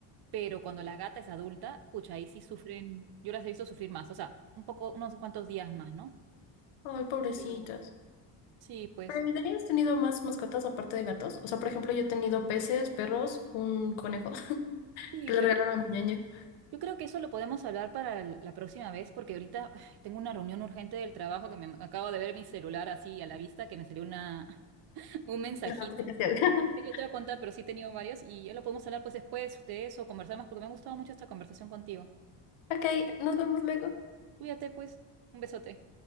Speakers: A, on the right; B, on the left.
A: Pero cuando la gata es adulta, pucha, ahí sí sufren, yo las he visto sufrir más, o sea, un poco, unos cuantos días más, ¿no?
B: Ay, pobrecitas.
A: Pero sí, pues
B: ¿Pero ¿y de ahí has tenido más mascotas aparte de gatos? O sea, por ejemplo, yo he tenido peces, perros, un conejo <laughs>
A: sí,
B: que le
A: pero
B: regalaron a mi ñaña.
A: yo creo que eso lo podemos hablar para l- la próxima vez, porque ahorita ay, tengo una reunión urgente del trabajo que me me acabo de ver mi celular así a la vista, que me salió una, <laughs> un mensajito.
B: <laughs> Es algo especial. <laughs>
A: que Yo te voy a contar, pero sí he tenido varias y ya lo podemos hablar pues después de eso, conversar más, porque me ha gustado mucho esta conversación contigo.
B: Ok, nos vemos luego.
A: Cuídate pues, un besote.